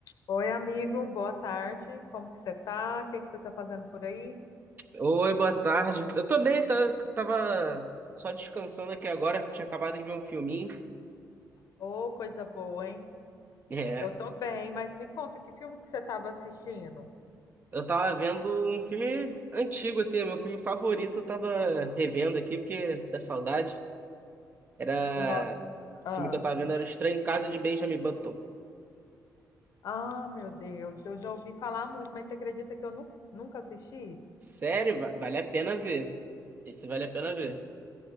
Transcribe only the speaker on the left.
Oi, amigo, boa tarde. Como que você tá? O que que você tá fazendo por aí?
Ô, coisa boa, hein?
Eu tô bem, mas me conta, que filme que você tava assistindo?
No... Ah.
Ah, meu Deus, eu já ouvi falar muito, mas você acredita que eu nunca, nunca assisti?